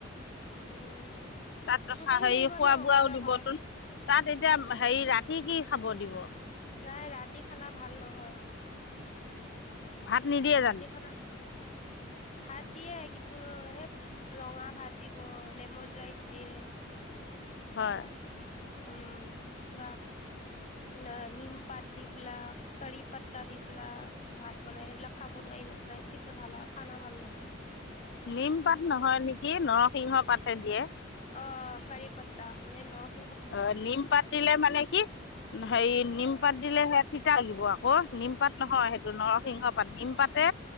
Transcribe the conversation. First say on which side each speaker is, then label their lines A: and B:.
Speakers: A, on the left (about 35°); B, on the left (about 60°).
A: উম।
B: তাত ৰখা,
A: টোপনি
B: হেৰি
A: ধৰিব
B: খোৱা
A: ন অকলে
B: বোৱাও
A: অকলে
B: দিব তোন, তাত এতিয়া হেৰি ৰাতি কি খাব দিব।
A: নাই ৰাতি খানা ভাল নহয়।
B: ভাত নিদিয়ে
A: ৰাতি
B: জানো
A: খানা ভাত দিয়ে, কিন্তু সেই ৰঙা ভাত দিব, লেমন ৰাইচ দিয়ে। বাহ,
B: হয়
A: উম, বা। না নীম পাত দি পোলাৱ, কাৰি পাত্তা দি পোলাৱ ভাত বনাই, সেইবিলাক খাব নোৱাৰি ন'। নাইট চিপটোৰ ভালা, খানা ভাল নহয়।
B: নিম পাত নহয় নেকি, নৰসিংহ পাতে দিয়ে।
A: অ', অ' কাৰি পাত্তা মানে নৰস
B: অ' নীম পাত দিলে মানে কি, হেৰি নীম
A: অ
B: পাত দিলে সেয়া তিতা আহিব আকৌ, নিমপাত নহয় সেইটো নৰসিংহ পাত নীম পাতে